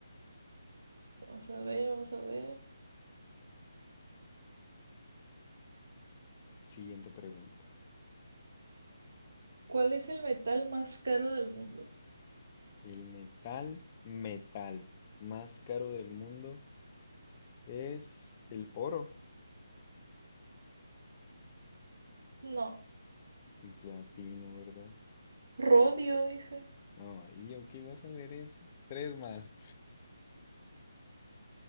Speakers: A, on the right (about 55°); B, on the left (about 20°).
A: vamos a ver, vamos a ver.
B: Siguiente pregunta.
A: ¿Cuál es el metal más caro del mundo?
B: El metal, metal más caro del mundo es el oro,
A: No,
B: el platino, ¿verdad?
A: rodio, dice.
B: Ay, yo qué vas a ver eso. Tres más.